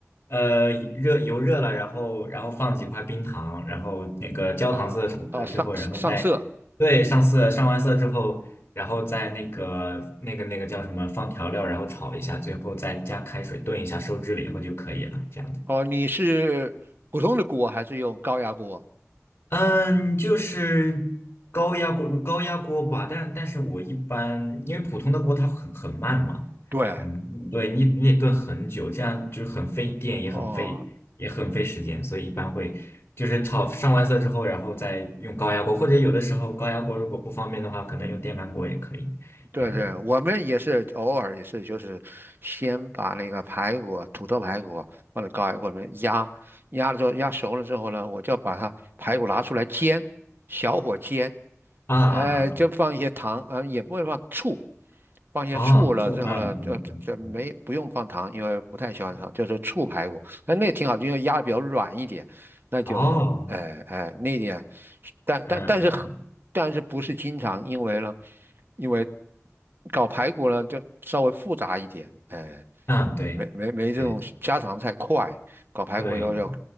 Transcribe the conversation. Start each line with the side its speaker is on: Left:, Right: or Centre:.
Left: 呃热油热了，然后然后放几块冰糖，然后那个焦糖色炒出来之后，
Right: 啊啊！上上色
Left: 然后再对上色上完色之后，然后再那个那个那个叫什么放调料，然后炒一下，最后再加开水炖一下，收汁了以后就可以了。这样。
Right: 哦，你是普通的锅还是用高压锅？
Left: 嗯，就是高压锅，高压锅吧，但但是我一般，因为普通的锅它很很慢嘛，
Right: 对，
Left: 很，嗯对你你得炖很久，这样就是很费电，也很费也很费时间，
Right: 哦，
Left: 所以一般会就是炒上完色之后，然后再用高压锅，或者有的时候高压锅如果不方便的话，可能用电饭锅也可以，
Right: 对对，
Left: 这样子。
Right: 我们也是偶尔也是，就是先把那个排骨、土豆排骨放在高压锅里面压，压了之后压熟了之后呢，我就把它排骨拿出来煎，小火煎，
Left: 啊啊啊
Right: 呃，就放一些糖，啊、呃也不会放醋，放一些醋了之后呢，
Left: 啊！哦，错，嗯嗯嗯嗯
Right: 就就这没不用放糖，因为不太喜欢糖，
Left: 嗯，
Right: 就是醋排骨，那那挺好，因为压的比较软一点，那就呃呃那点，
Left: 哦，
Right: 但但但是很但是不是经常，
Left: 嗯嗯
Right: 因为呢，因为搞排骨呢就稍微复杂一点，哎、
Left: 嗯，啊对对
Right: 没没没这种家常菜快，搞排骨要要
Left: 对对。